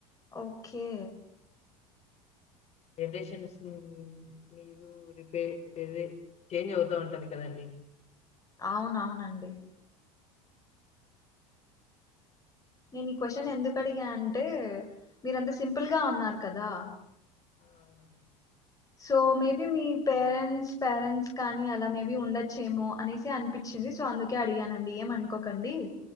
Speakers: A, on the left (about 20°); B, on the left (about 35°).
A: ఓ ఒకే
B: జనరేషన్స్ ను మీదు రిపే చేంజ్ అవుతా ఉంటది కదండి
A: అవునవునండి నేను ఈ క్వశ్చన్ ఎందుకు అడిగా అంటే మీరంత సింపుల్ గా ఉన్నారు కదా
B: ఆ అవునండి
A: సో మేబీ మీ పేరెంట్స్ పేరెంట్స్ కానీ అలా మేబీ ఉండొచ్చేమో అనేసి అనిపించింది సో అందుకే అడిగానండి ఏమనుకోకండి